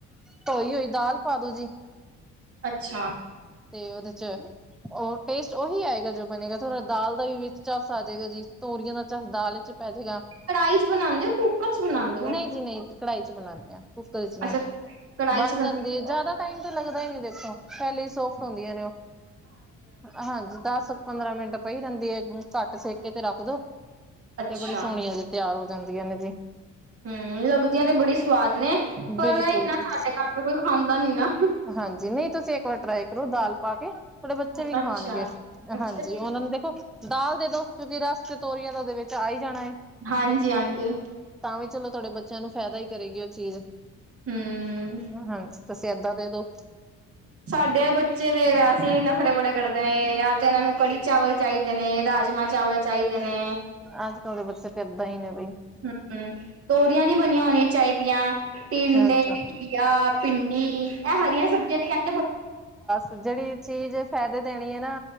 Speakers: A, in the centre; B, on the right.
A: ਧੋਈ ਹੋਈ ਦਾਲ ਪਾ ਦੋ ਜੀ।
B: ਅੱਛਾ।
A: ਤੇ ਔਦੇ 'ਚ ਔ ਟੇਸਟ ਔਹੀ ਆਏਗਾ ਜੋ ਬਣੇਗਾ ਥੋੜਾ ਦਾਲ ਦਾ ਵੀ ਵਿੱਚ ਚਸ ਆ ਜੇਗਾ ਜੀ। ਤੋਰੀਆਂ ਦਾ ਚਸ ਦਾਲ ਇੱਚ ਪੈ ਜੇਗਾ।
B: ਕੜਾਈ 'ਚ ਬਣਾਂਦੇ ਔ, ਕੁੱਕਰ 'ਚ ਬਨਾਣ
A: ਨਈ ਜੀ ਨਈ, ਕੜਾਹੀ ਇੱਚ ਬਨਾਣੇ ਆ, ਕੁੱਕਰ ਇੱਚ ਨਈ।
B: ਅੱਛਾ ਕੜਾਹੀ
A: ਬਣ
B: ਚ ਬਣਾ
A: ਜਾਂਦੀ ਏ। ਜਾਦਾ ਟਾਈਮ ਤੇ ਲੱਗਦਾ ਈ ਨੀ ਦੇਖੋ। ਪੈਲੇ ਈ ਸੋਫਟ ਹੁੰਦੀਐ ਨੇ ਔ। ਹਾਂ ਹਾਂਜੀ। ਦਸ ਪੰਦਰਾਂ ਮਿੰਟ ਪਈ ਰੇਂਦੀ ਏ। ਘੱਟ ਸੇਕੇ ਤੇ ਰੱਖ ਦੋ ਤੇ
B: ਅੱਛਾ
A: ਬੜੀ ਸੋਣੀ ਅਜੇ ਤਿਆਰ ਹੋ ਜਾਂਦੀਆਂ ਨੇ ਜੀ।
B: ਹੂੰ, ਲਗਦੀਆਂ ਤੇ ਬੜੀ ਸਵਾਦ ਨੇ ਪਰ
A: ਬਿਲਕੁਲ
B: ਇੱਕ ਨਾ
A: ਜੀ
B: ਸਾਡੇ ਘਰ ਤੇ ਕੋਈ ਖਾਂਦਾ ਨੀ ਨਾ।
A: ਹਾਂਜੀ, ਨਈ ਤੁਸੀ ਇੱਕ ਵਾਰ ਟਰਾਈ ਕਰੋ ਦਾਲ ਪਾ ਕੇ। ਤੁਆਡੇ ਬੱਚੇ ਵੀ
B: ਅੱਛਾ,
A: ਖਾਣਗੇ। ਅ
B: ਅੱਛਾ
A: ਹਾਂਜੀ,
B: ਜੀ।
A: ਔਨਾਂ ਨੂੰ ਦੇਖੋ ਦਾਲ ਦੇ ਦੋ ਕਿਉਂਕਿ ਰਸ ਤੇ ਤੋਰੀਆ ਦਾ ਔਦੇ ਵਿੱਚ ਆ ਈ ਜਾਣਾ ਏ।
B: ਹਾਂਜੀ-ਹਾਂਜੀ।
A: ਤਾਂ ਵੀ ਚਲੋ ਤੁਆਡੇ ਬੱਚਿਆਂ ਨੂੰ ਫਾਇਦਾ ਈ ਕਰੇਗੀ ਔ ਚੀਜ਼।
B: ਹੂੰ।
A: ਹਾਂਜੀ ਤੁਸੀ ਏਦਾ ਦੇ ਦੋ।
B: ਸਾਡੇ ਬੱਚੇ ਤੇ ਵੈਸੇ ਈ ਨਖਰੇ ਬੜੇ ਕੜਦੇ ਨੇ ਯਾ ਤੇ ਏਨਾਂ ਨੂੰ ਕੜੀ ਚਾਵਲ ਚਾਈਦੇ ਨੇ, ਰਾਜਮਾਂ ਚਾਵਲ ਚਾਈਦੇ ਨੇ।
A: ਅੱਜ ਕੱਲ ਦੇ ਬੱਚੇ ਤੇ ਏਦਾਂ ਈ ਨੇ ਬਈ।
B: ਹੂੰ, ਤੋਰੀਆਂ ਨੀ ਬਣੀਆਂ ਹੋਣੀਆਂ ਚਾਈਦੀਆਂ ਟਿੰਡੇ,
A: ਅੱਛਾ
B: ਘੀਆ, ਭਿੰਡੀ ਇਹ ਹਰੀਆਂ ਸਬਜ਼ੀਆਂ ਤੇ ਕੈਂਦੇ
A: ਤੇ ਜੜੀ ਚੀਜ਼ ਫਾਇਦੇ ਦੇਣੀ ਏ ਨਾ